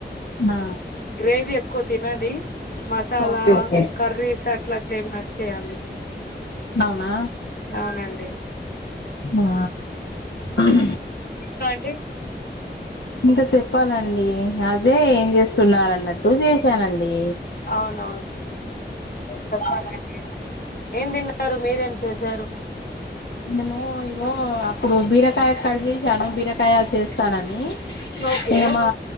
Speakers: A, on the left (about 70°); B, on the left (about 50°).
A: ఆ
B: గ్రేవి ఎక్కువ తినది మసాలా
A: ఓకే ఓకే
B: కర్రీస్ అట్లాట్ల ఏం నచ్చేయ్ ఆమెకు
A: అవ్నా
B: అవునండి
A: ఆ హ
B: ఇంకా అండి
A: ఇంకా చెప్పాలండి అదే ఏం చేస్తున్నారు అన్నట్టు చేసానండి
B: అవునా చెప్పాలండి ఏం తింటారు మీరేం చేశారు
A: నేను ఇగో అప్పుడు బీరకాయ కట్ చేసాను బీర తయారు చేస్తారని
B: ఓకే
A: ఏమౌ